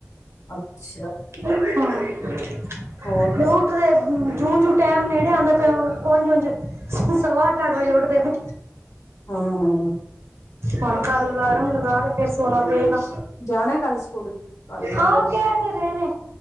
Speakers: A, on the left; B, on the right.
A: ਅੱਛਾ
B: <unintelligible>
A: ਹੋਰ
B: ਜੂੰ-ਜੂ ਟੈਮ ਨੇੜੇ ਆਉਂਦੇ ਪਿਆ ਉੰਝ-ਉਂਝ ਸਵਾ ਅਠ-ਅਠ ਵਜੇ ਉੱਠਦੇ ਨੇ।
A: ਹਾਂ, ਹਾਂ।
B: ਹੁਣ ਕਲ ਅਲਾਰਮ ਲਗਾ ਕੇ ਫੇਰ ਸੋਣਾ ਪਏਗਾ।
A: ਜਾਣਾ ਕਲ ਸਕੂਲ ਤੁਹਾਡੇ ਮੁੰਡੇ
B: ਹਾਂ
A: ਨੇ।
B: ਕਹਿ ਰਹੇ ਨੇ